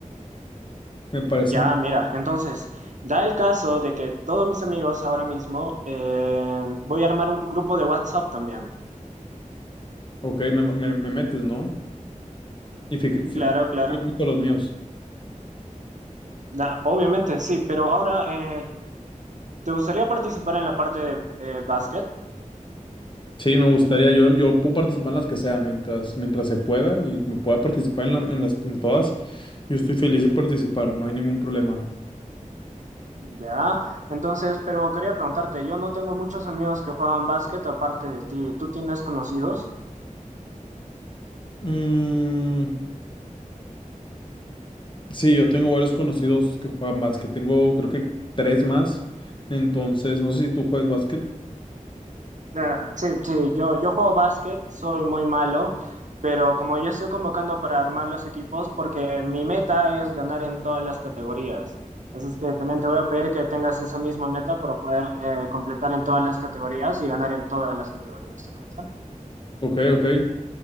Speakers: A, on the left; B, on the right.
A: Me parece...
B: Ya,
A: mu-
B: mira, entonces, da el caso de que todos mis amigos ahora mismo, eh, voy a armar un grupo de WhatsApp también.
A: Ok, me, me- me metes, ¿no? Y fí- fí- fí-
B: Claro, claro.
A: yo meto los míos.
B: Na- obviamente, sí, pero ahora, eh, ¿te gustaría participar en la parte de eh, básquet?
A: Sí, me gustaría, yo, yo puedo participar en las que sean mientras, mientras se pueda y me pueda participar en, la- en las, en todas. Yo estoy feliz de participar, no hay ningún problema.
B: Ya, entonces, pero quería preguntarte, yo no tengo muchos amigos que juegan básquet aparte de ti. ¿Tú tienes conocidos?
A: Mm, sí, yo tengo varios conocidos que juegan básquet, tengo creo que tres más, entonces no sé si tú juegas básquet.
B: Eh, Sí, sí, yo, yo juego básquet, soy muy malo, pero como yo estoy convocando para armar los equipos, porque mi meta es ganar en todas las categorías. Así es que también te voy a pedir que tengas esa misma meta para poder eh, completar en todas las categorías y ganar en todas las categorías, ¿te parece?
A: Ok, ok,